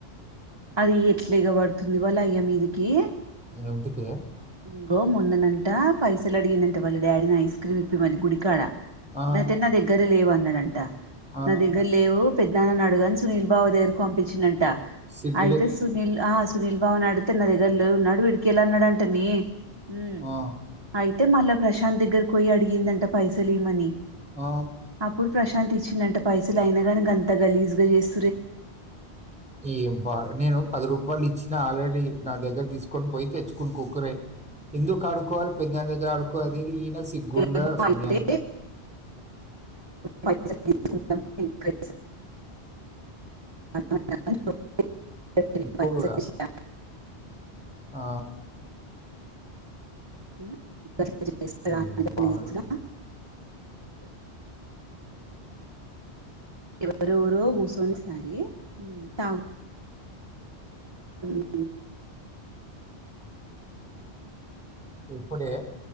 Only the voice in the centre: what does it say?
నీకెందుకె
ఆ
ఆ
సిగ్గులే
ఆ
ఆ
ఎం వ నేను పదురూ పాలు ఇచ్చినా ఆల్రెడీ నా దగ్గర తీసుకొని పోయి తెచ్చుకుని కుక్కురే ఎందుకు ఆడుకోవాలి ఇ పెదనాన్న దగ్గర ఆడుక్కో అది ఈన సిగ్గుందా
సుమయా
ఇప్పుడు కూడా ఆ
ఏం పాడు
ఇప్పుడే